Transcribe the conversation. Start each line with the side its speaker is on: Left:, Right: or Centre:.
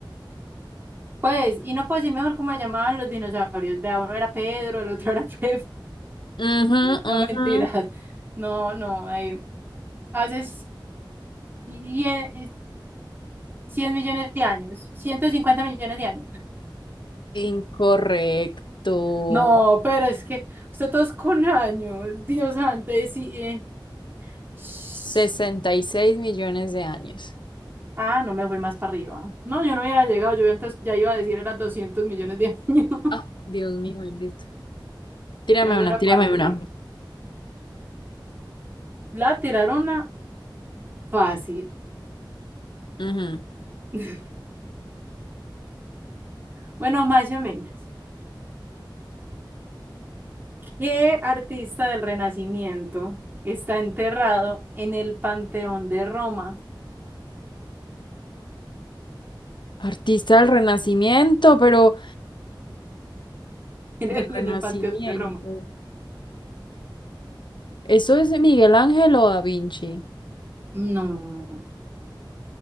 Right: Pues, y no puedo decir mejor cómo se llamaban los dinosaurios. Vea, uno era Pedro, el otro era Pep.
Left: Ujú,
Right: <laughs> No
Left: ujú.
Right: mentiras. No, no. eh, hace 100 100 millones de años. ciento cincuenta millones de años. <laughs>
Left: Incorrecto.
Right: No, pero es que usted todos con años. Dios antes y... sí, eh, shh.
Left: sesenta y seis millones de años.
Right: Ah, no me fui más para arriba. No, yo no hubiera llegado. Yo antes ya iba a decir era 200 millones de años. <laughs>
Left: Ah, Dios mío, bendito. Tírame
Right: Ya iba
Left: una,
Right: era
Left: tírame
Right: para arriba.
Left: una.
Right: La tiraron una fácil.
Left: Ujú.
Right: <laughs> Bueno, más o menos. ¿Qué artista del Renacimiento está enterrado en el Panteón de Roma? <laughs>
Left: Artista del Renacimiento, pero
Right: En
Left: del
Right: el,
Left: Renacimiento.
Right: en el Panteón de Roma.
Left: ¿Eso es Miguel Ángel o Da Vinci?
Right: No,